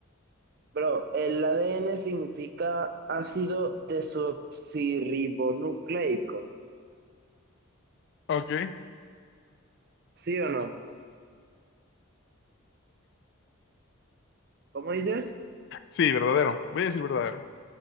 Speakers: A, on the right (about 45°); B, on the left (about 55°).
A: Bro, el ADN significa ácido desoxirribonucleico.
B: Ok.
A: ¿Sí o no? ¿Cómo dices?
B: Sí, verdadero. Voy a decir verdadero.